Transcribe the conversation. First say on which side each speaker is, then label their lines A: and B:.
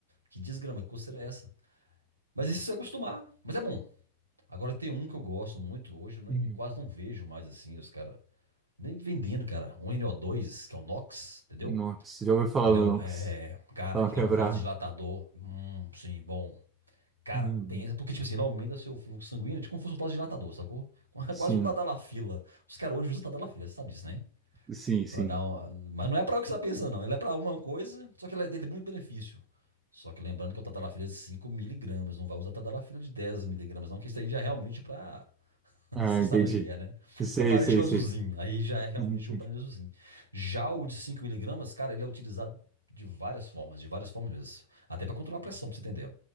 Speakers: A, on the right (about 85°); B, on the right (about 20°).
A: que desgrama, que coceira é essa? Mas isso você acostumar, mas é bom. Agora tem um que eu gosto muito, hoje eu nem,
B: Uhum.
A: quase não vejo mais assim os caras. Nem vendendo, cara. Um no dois que é o Nox, entendeu?
B: Nox, já ouviu falar
A: Que ele
B: do
A: é um.
B: Nox?
A: é, é, cara,
B: Falam
A: que
B: que
A: ele é
B: é
A: um
B: bravo.
A: vasodilatador. Hum, sim, bom. Cara,
B: Uhum.
A: pensa. Porque,
B: <laughs>
A: tipo assim, ele aumenta seu fluxo sanguíneo, tipo como se fosse um vasodilatador, sacou? <laughs>
B: Sim,
A: Quase um tadalafila. Os caras hoje usam tadalafila, você sabe disso, né?
B: sim, sim.
A: Pra dar uma... Mas não é pra o que você tá pensando, não. Ele é pra uma coisa, só que ele é- ele tem muito benefício. Só que lembrando que o tadalafila é de 5 miligramas, não vai usar tadalafila de 10 miligramas, não, que isso aí já é realmente pra
B: Ah,
A: você
B: entendi.
A: sabe o que que é, né?
B: Sei,
A: É parente
B: sei,
A: do azulzinho.
B: sei.
A: Aí já é realmente
B: Uhum.
A: o parente do azulzinho. Já o de cinco miligramas, cara, ele é utilizado de várias formas, de várias formas mesmo. Até para controlar a pressão, pra você entender.